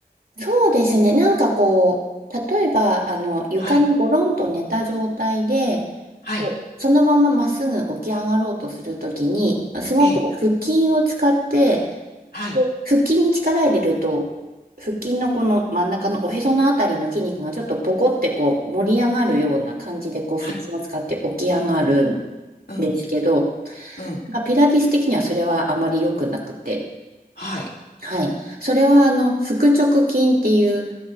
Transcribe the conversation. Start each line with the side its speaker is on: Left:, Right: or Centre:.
Right: そうですね。なんかこう、例えば、あの、床にゴロンと寝た状態で、
Left: はい、はい、
Right: こう、そのまままっすぐ起き上がろうとするときに、すごく腹筋を使って、
Left: ええ、はい、
Right: こう腹筋に力入れると、腹筋のこの真ん中のおへそのあたりの筋肉がちょっとポコってこう盛り上がるような感じでこう腹筋を使って起き上がるん
Left: はい、うん、
Right: ですけど、な
Left: うん、
Right: んかピラティス的にはそれはあまり良くなくて。
Left: はい、
Right: はい。それは、あの、腹直筋っていう、